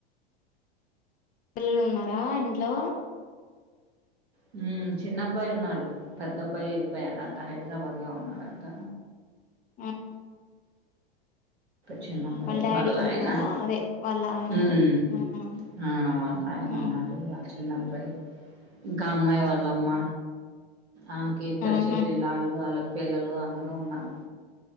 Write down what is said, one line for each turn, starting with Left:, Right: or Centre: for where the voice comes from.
Left: పిల్లలు ఉన్నారా ఇంట్లో
Right: హ్మ్ చిన్న అబ్బాయి ఉన్నాడు పెద్ద అబ్బాయి వెళ్ళిపోయాడు అంట హైదరాబాద్ లో ఉన్నాడంట
Left: ఉమ్
Right: చిన్నబ్బాయి
Left: డాడీ
Right: వాళ్ళ
Left: ఉన్నారా
Right: ఆయన
Left: అదే వాళ్ళ ఆయన
Right: హ్మ్
Left: ఉహు
Right: అ వాళ్ళు ఆయన
Left: ఉ
Right: ఉన్నారు వాళ్ల చిన్నబ్బాయి ఇంకా ఆ అమ్మాయి వాళ్ళ అమ్మ ఆమెకి ఇద్దరు
Left: ఉహు
Right: చెల్లెళ్ళ వాళ్ళు వాళ్ల పిల్లలు అందరూ ఉన్నారు